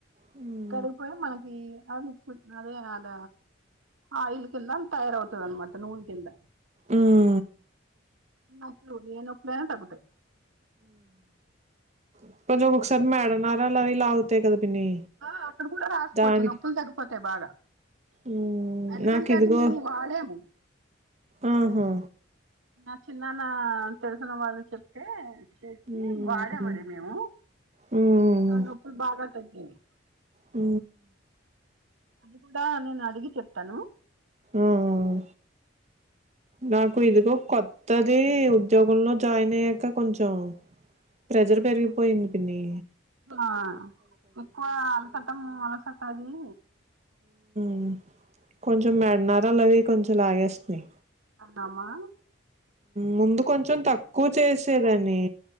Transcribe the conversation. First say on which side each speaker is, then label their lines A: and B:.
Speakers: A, on the right; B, on the right.
A: ఉ
B: కడుగిపోయా మనకి అదిప్పు అద ఆయిల్ కిందమ్ తయార అవుతది అన్నమాట నూన్ కింద
A: ఉమ్
B: నాకు ఏ నొప్పైన తగ్గుతయి
A: ఎప్పుడో ఒక్కొకసారి మేడ నరాలు ఆవి లాగుతయి కద పిన్ని
B: ఆ అక్కడ కూడా రాసుకోవచ్చు
A: దానికి
B: నొప్పులు తగ్గిపోతాయి బాగా
A: ఉమ్
B: ఎందుకంటే
A: నాకు ఇదిగో
B: అది మేము వాడాము
A: ఆహా
B: నా చిన్నన్న తెలిసిన వాళ్ళు చెప్ అంటె తెచ్చి
A: ఉమ్
B: వాడాం అది మేము
A: ఉమ్
B: నొప్పులు బాగా తగ్గాయి
A: ఊ
B: అది కూడా నేను అడిగి చెప్తాను
A: ఆ నాకు ఇదిగో కొత్తది ఉద్యోగంలో జాయిన్ అయ్యాక కొంచెం ప్రెజర్ పెరిగిపోయింది పిన్నీ
B: ఆహ్ ఎక్కువ అలసటం అలసట అయి
A: మ్ కొంచెం మెడ నరాలు అవి కొంచెం లాగేస్తునై
B: ఆహా మా
A: ముందు కొంచెం తక్కువ చేసేదని